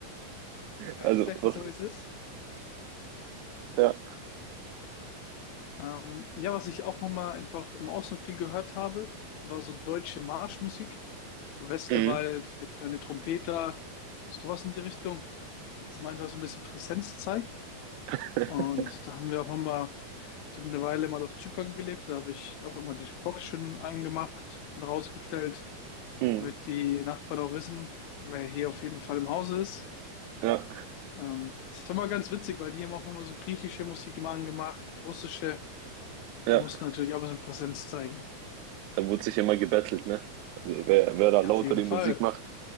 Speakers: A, on the left; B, on the right.
A: Ja,
B: Also,
A: Ich sag
B: was,
A: dir so, wie es ist.
B: ja.
A: Ähm, ja, was ich auch nochmal einfach im Ausland viel gehört habe, war so deutsche Marschmusik. Westerwald,
B: Mhm.
A: der kleine Trompeter, sowas in die Richtung. Dass man einfach so ein bisschen Präsenz zeigt.
B: <laughs>
A: Und da haben wir auch nochmal, ich habe eine Weile mal auf Zypern gelebt, da habe ich auch immer die Box schön angemacht und rausgestellt,
B: Mhm.
A: damit die Nachbarn auch wissen, wer hier auf jeden Fall im Hause ist.
B: Ja,
A: Ähm, das war mal ganz witzig, weil die haben auch immer so griechische Musik immer angemacht, russische.
B: ja.
A: Wir mussten natürlich auch ein bisschen Präsenz zeigen.
B: Da wurde sich immer gebettelt, ne? Also, wer, wer da lauter
A: Ja, auf jeden
B: die
A: Fall.
B: Musik macht,